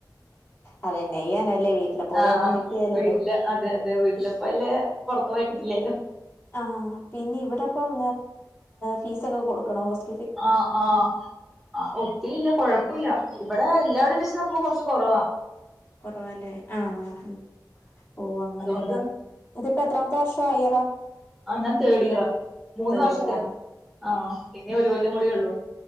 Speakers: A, on the left; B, in the centre.
A: അതെന്നെ ചെയ്യാനല്ലേ വീട്ടിലെ പോലെ
B: ആഹ്
A: എങ്ങും കിട്ടുകേലല്ലോ
B: വീട്ടില് അതെ അതെ വീട്ടിലപ്പ പുറ തോയിട്ടില്ലല്ലോ
A: ആഹ് പിന്നെ ഇവിടിപ്പം ഫീസ് ഒക്കെ കൊടുക്കണോ ഹോസ്
B: ആ ആഹ് ആ ഒത്തിരി ഇല്ല കുഴപ്പമില്ല ഇവിടെ എല്ലാടെയും വെച്ച് നോക്കുമ്പോ കുറച്ച കുറവാ
A: കൊറവല്ലേ ആഹ ഓ അങ്ങനെയല്ലേ
B: അതുകൊണ്ട്
A: ഇതിപ്പോ എത്രാമത്തെ വർഷംയിറാ
B: ആ ഞാൻ തേർഡ് ഇയറാ മൂന്ന്
A: തേർഡ്
B: വർഷത്തേയാ
A: ഇയർ ആ
B: ആ ഇനിഒരു കൊല്ലം കുടിയേയുള്ളു